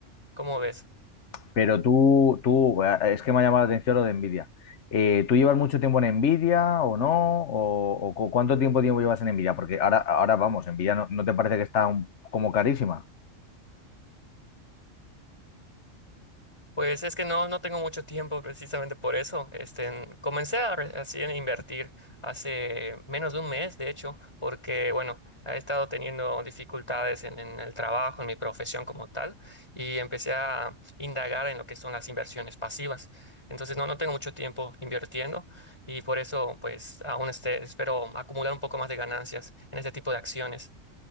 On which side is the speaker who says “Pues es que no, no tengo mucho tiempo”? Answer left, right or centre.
Left